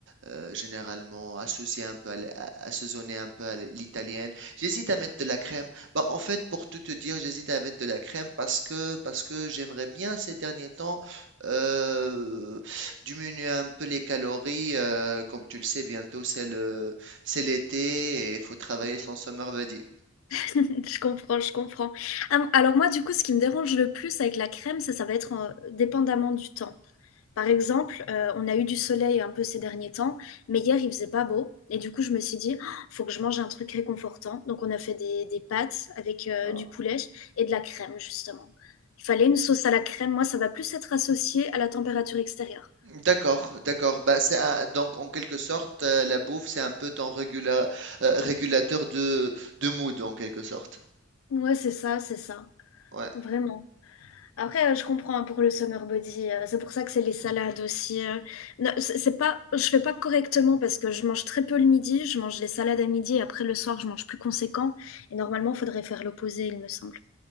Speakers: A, on the right (about 65°); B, on the left (about 75°).
A: euh, généralement associé un peu à, l- à- assaisonné un peu à l'italienne. J'hésite à mettre de la crème. Bah, en fait, pour tout te dire, j'hésite à mettre de la crème parce que, parce que j'aimerais bien ces derniers temps euh, diminuer un peu les calories. euh, comme tu le sais, bientôt c'est le, c'est l'été et il faut travailler
B: Ouais.
A: son summer body.
B: <laughs> Je comprends, je comprends. Ah, alors moi, du coup, ce qui me dérange le plus avec la crème, ça, ça va être en- dépendamment du temps. Par exemple, euh, on a eu du soleil un peu ces derniers temps, mais hier il faisait pas beau. Et du coup, je me suis dit, Oh, faut que je mange un truc réconfortant. Donc, on a fait des, des pâtes avec euh,
A: Ah,
B: du poulet et de la crème, justement. Il fallait une sauce à la crème. Moi, ça va plus être associé à la température extérieure.
A: D'accord, d'accord. Bah, c'est un- donc en quelque sorte, euh, la bouffe, c'est un peu ton régula- euh, régulateur de, de mood en quelque sorte.
B: Ouais, c'est ça, c'est ça.
A: Ouais.
B: Vraiment. Après, euh, je comprends hein, pour le summer body. euh, C'est pour ça que c'est les salades aussi. euh. Non, c'est c'est pas, je fais pas correctement parce que je mange très peu le midi. Je mange les salades à midi et après le soir, je mange plus conséquent. Et normalement, il faudrait faire l'opposé, il me semble.